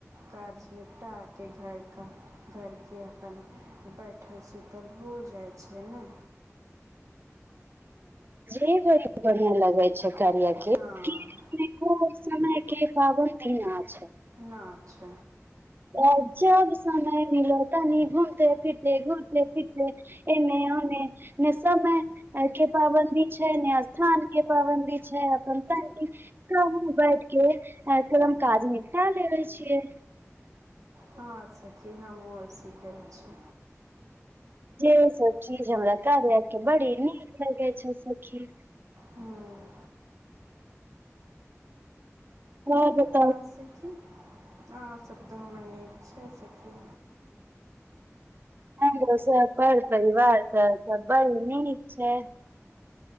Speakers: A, on the right; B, on the right.
A: कार्य निपटाके घरके घरके अपन बैठल सुतल हो जाइ छै ने
B: कर बढ़ियां लगै छै <unintelligible> के
A: हँ
B: कि एखने कोइ समयके पाबन्दी न छै
A: न छै
B: आ जब समय मिलो तनी घूमते फिरते घूमते फिरते एने ओने ने समय के पाबन्दी छै ने स्थान के पाबन्दी छै अपन तनी तऽ हम बैठ के काम काज निपटा लेबै छियै
A: हँ सखी हमहुँ ओसही करै छी
B: जे सब चीज हमरा कार्या के बड़ी नीक लगै छै सखी
A: हूँ
B: कै बेर <unintelligible>
A: हँ सखी अहाँ सब तऽ हमर नीक छै सखी
B: हमरो सब पर परिवार तऽ सब बड़ नीक छै